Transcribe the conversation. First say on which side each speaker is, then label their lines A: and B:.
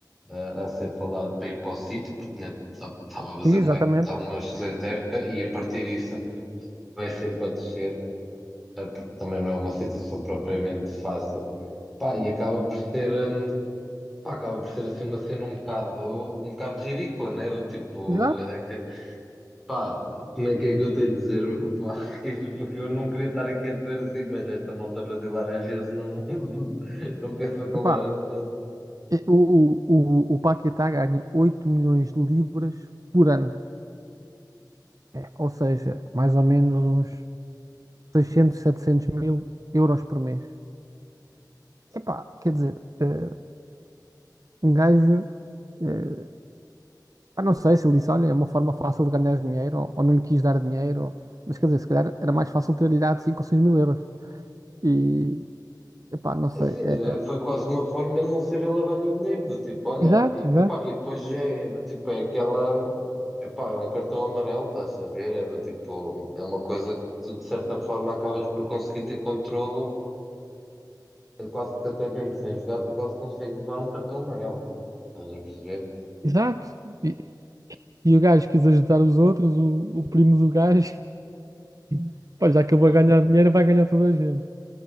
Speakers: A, in the centre; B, on the right.
A: ah, a ser falado para ir para o City, porque tinha- estava a fazer
B: Sim, Exatamente.
A: uma, estava uma excelente época e a partir disso sempre vai sempre a descer eh, porque também não é uma situação propriamente fácil. Pá, e acaba por ser, hum, pá, acaba por ser assim uma cena um bocado, um bocado ridícula, né? Do tipo,
B: Exato.
A: é daque- pá, como é que é que eu tenho de dizer? Pá, <laughs> que isto- porque eu não queria estar aqui a dizer assim, mas esta malta brasileira às vezes não, <laughs> não pensa com
B: Epá,
A: o baralho todo.
B: e o, o, o, o Paquetá ganha 8 milhões de libras por ano. É, ou seja, mais ou menos uns 600, 700 mil euros por mês. Epá, quer dizer, eh, um gajo eh, Ah, não sei se ele disse, olha, é uma forma fácil de ganhar dinheiro, ou, ou não lhe quis dar dinheiro, ou- mas quer dizer, se calhar era mais fácil ter-lhe dado 5 ou 6 mil euros. E, epá, não sei.
A: É Sim,
B: é-
A: é, foi quase uma forma de não ser ele a dar-lhe o dinheiro, do tipo, olha,
B: Exato,
A: e,
B: exato,
A: epá, e depois é do tipo, é aquela, epá, é um cartão amarelo, estás a ver? É do tipo, é uma coisa que tu de certa forma acabas por conseguir ter controlo, eh, quase que até mesmo sem jogar, tu quase consegues levar um cartão amarelo, estás a perceber?
B: exato. E, e o gajo quis ajudar os outros, o, o primo do gajo, <laughs> pá, já acabou
A: Ah,
B: a ganhar dinheiro, vai ganhar toda a gente.